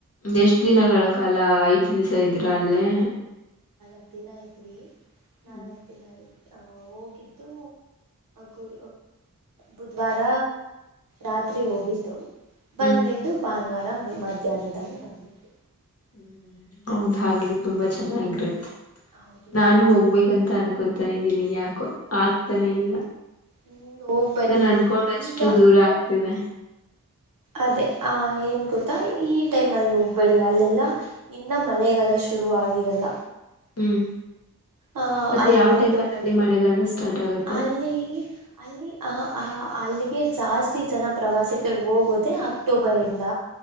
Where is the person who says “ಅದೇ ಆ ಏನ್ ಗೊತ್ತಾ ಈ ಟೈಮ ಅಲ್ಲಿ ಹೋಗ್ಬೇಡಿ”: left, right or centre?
Right